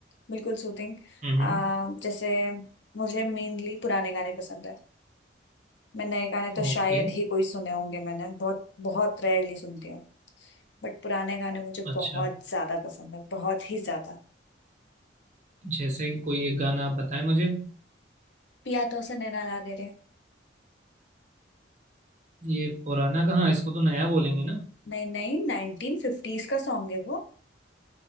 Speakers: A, on the left (about 70°); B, on the right (about 40°).
A: बिल्कुल सूदिंग
B: हम्म
A: आ जैसे मुझे मेनली पुराने गाने पसंद है मैं नए गाने तो शायद
B: ओके
A: ही कोई सुने होंगे मैंने बहुत बहुत रेयरली सुनती हूँ बट पुराने गाने मुझे
B: अच्छा
A: बहुत ज्यादा पसंद है बहुत ही ज्यादा
B: जैसे कि कोई एक गाना आप बताएं मुझे
A: पिया तो उसे नैना ला दे रे
B: ये पुराना कहाँ इसको तो नया बोलेंगे ना
A: नहीं नहीं नाइनटीन फिफ्टीज का सॉन्ग है वो